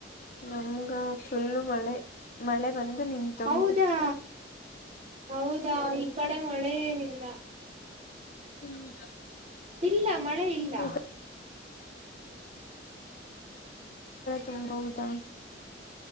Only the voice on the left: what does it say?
ನಮ್ಗ ಫುಲ್ಲು ಮಳೆ. ಮಳೆ ಬಂದು ನಿಂತೋಗಿದೆ.
ಹ್ಮ್
ಈ ತುಂಬಬಹದಾ.